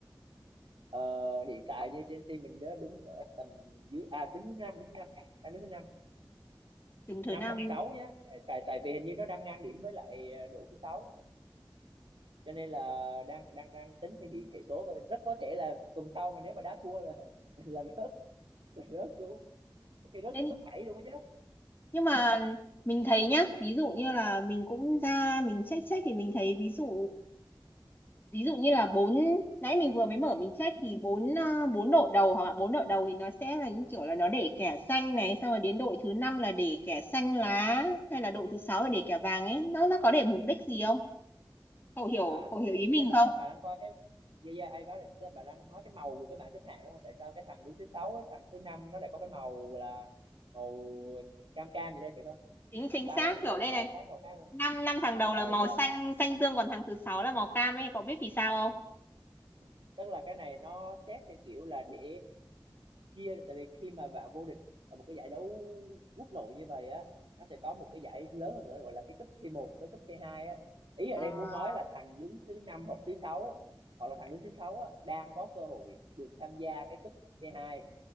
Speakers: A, on the right; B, on the left.
A: Ờ, hiện tại như Chelsea mình đã đứng ở tầm dưới à đứng thứ năm đứng thứ năm đang đứng thứ năm
B: đứng thứ
A: năm
B: năm
A: hoặc sáu nhá tại tại tại vì hình như nó đang ngang điểm với lại ờ, đội thứ sáu cho nên là đang đang đang tính thì hiện hệ số thôi rất có thể là tuần sau mà nếu mà đá thua là <laughs> là rớt là rớt xuống ok rớt
B: thế
A: xuống
B: thì-
A: top 7 luôn á. chứ
B: nhưng mà mình thấy nhá ví dụ như là mình cũng ra mình check check thì mình thấy ví dụ ví dụ như là bốn nãy mình vừa mới mở mình check thì bốn ờ, bốn đội đầu hoặc là bốn đội đầu thì nó sẽ là những kiểu là nó để kẻ xanh này xong rồi đến đội thứ năm là để kẻ xanh lá hay là đội thứ sáu là để kẻ vàng ấy nó nó có để mục đích gì không cậu hiểu
A: à
B: cậu hiểu
A: ok
B: ý mình
A: ý là bạn
B: không
A: đang bạn đang coi cái yeah, yeah, ai có tức là bạn đang nói cái màu của cái bảng xếp hạng đúng không tại sao cái thằng đứng thứ sáu cái thằng thứ năm nó lại có cái màu là màu cam cam gì đây phải không
B: chính
A: còn
B: chính
A: ba
B: xác
A: cái thằng
B: kiểu
A: đầu
B: đây
A: là màu
B: này
A: khác màu khác mà
B: năm năm thằng đầu
A: ờ
B: là màu
A: yeah.
B: xanh xanh dương còn thằng thứ sáu là màu cam ấy cậu biết vì sao không
A: Ừ. tức là cái này nó xét theo kiểu là để chia tại vì khi mà bạn vô địch ở một cái giải đấu quốc nội như vậy á nó sẽ có một cái giải lớn hơn nữa gọi là cái cấp c một với cấp c hai á ý ở
B: Ờ.
A: đây muốn nói là thằng đứng thứ năm hoặc thứ sáu hoặc là thằng đứng thứ sáu á đang có cơ hội được tham gia cái cấp c hai